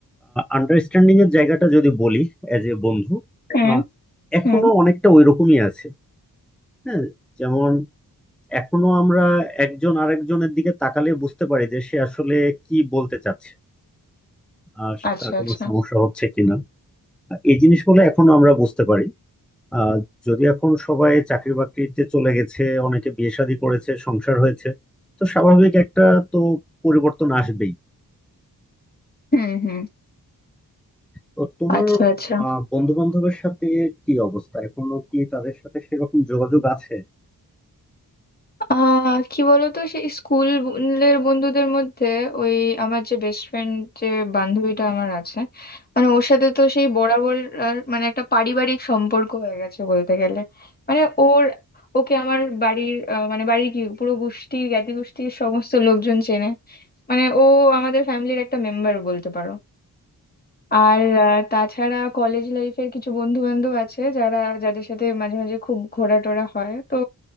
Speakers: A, in the centre; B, on the left.
A: আন্ডারস্ট্যান্ডিং এর জায়গাটা যদি বলি এজ এ বন্ধু
B: হুম
A: আহ, এখনো
B: হুম
A: অনেকটা ওই রকমই আছে হ্যাঁ যেমন এখনো আমরা একজন আরেকজনের দিকে তাকালে বুঝতে পারি যে সে আসলে কি বলতে চাচ্ছে আর
B: আচ্ছা
A: তার কোনো
B: আচ্ছা
A: সমস্যা হচ্ছে কিনা এই জিনিসগুলো এখনো আমরা বুঝতে পারি আহ যদি এখন সবাই চাকরি বাকরিতে চলে গেছে অনেকে বিয়ে শাদী করেছে সংসার হয়েছে তো স্বাভাবিক একটা তো পরিবর্তন আসবেই
B: হুম হুম
A: তো তোমার
B: আচ্ছা আচ্ছা
A: আহ বন্ধু বান্ধবের সাথে কি অবস্থা এখনো কি তাদের সাথে সেরকম যোগাযোগ আছে
B: আহ কি বলতো সেই স্কুলের বন্ধুদের মধ্যে ওই আমার যে বেস্ট ফ্রেন্ড যে বান্ধবীটা আমার আছে মানে ওর সাথে তো সেই বরাবর আর মানে একটা পারিবারিক সম্পর্ক হয়ে গেছে বলতে গেলে মানে ওর ওকে আমার বাড়ির আহ, মানে বাড়ির কি পুরো গোষ্ঠী জ্ঞাতি গোষ্ঠীর সমস্ত লোকজন চেনে মানে ও আমাদের ফ্যামিলির একটা মেম্বার বলতে পারো আর আহ, তাছাড়া কলেজ লাইফের কিছু বন্ধু বান্ধব আছে যারা যাদের সাথে মাঝে মাঝে খুব ঘোরাটোরা হয় তো